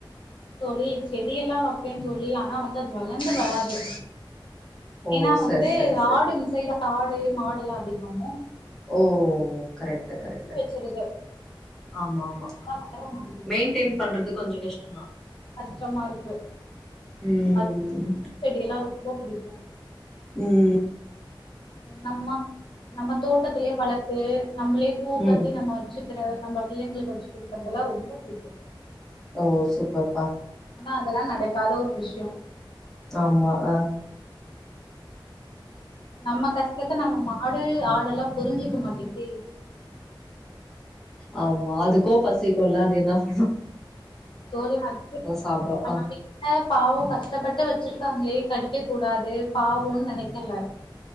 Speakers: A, on the left; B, in the centre.
A: தோழி செடியெல்லாம் வைப்பேன் தோழி ஆனா வந்து அது வளர்ந்து வராது
B: ஓ
A: ஏன்னா வந்து
B: சரி சரி சரி
A: ஆடு மிசைதா ஆடு மாடெல்லாம் பிடிகமு
B: ஓ கரெக்டு கரெக்டு
A: வச்சிருது
B: ஆமாமா
A: அதனால வளர மாட்டேங்குது
B: மெயின்டெய்ன் பண்றது கொஞ்ச கஷ் ம் ந
A: கஷ்டமா இருக்கு
B: ம்
A: அ செடிய எல்லாரு ரொம்ப பிடிக்கும்
B: உம்
A: நம்ம நம்ம தோட்டத்திலயே வளத்து நம்மளே பூ
B: ம்
A: கட்டி நம்ம வச்சு வக்கிற நம்ம பிள்ளைங்களுக்கு வச்சு குடுக்கறதெல்லா ரொம்ப புடிக்கு
B: ஓ சூப்பர்ப்பா
A: ஆனா அதெல்லா நடக்காத ஒரு விஷயோ
B: ஆமா ஆஹ்
A: நம்ம கஷ்டத்த நம்ம மாடு ஆ டெல்லா புரிஞ்சுக்க மாட்டிங்குதே
B: ஆ மா அதுக்கு பசிக்குல்ல அது என்னா ப
A: தோழி அது
B: சாப்டு
A: நம்ம
B: ஆ
A: வீட்ல பாவ கஷ்டப்பட்டு வச்சிருக்காங்களே கடிக்க கூடாது பாவோன்னு நெனைக்கல